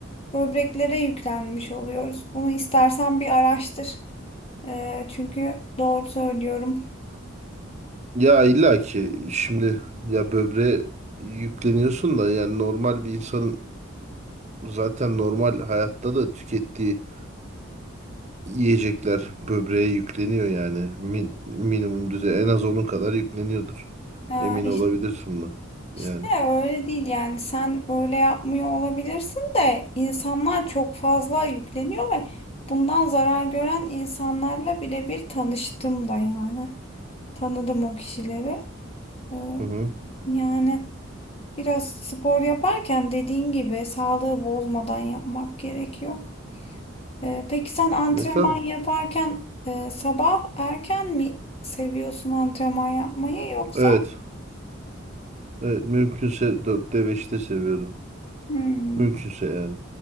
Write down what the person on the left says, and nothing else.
böbreklere yüklenmiş oluyoruz. Bunu istersen bir araştır. E, çünkü doğru söylüyorum.
E,
iş-
işte öyle değil yani sen öyle yapmıyor olabilirsin de insanlar çok fazla yükleniyor ve bundan zarar gören insanlarla birebir tanıştım da yani. Tanıdım o kişileri. E,
Yani biraz spor yaparken dediğin gibi sağlığı bozmadan yapmak gerekiyor. Ee, peki sen antrenman
yaparken e, sabah erken mi seviyorsun antrenman yapmayı yoksa?
Hmm.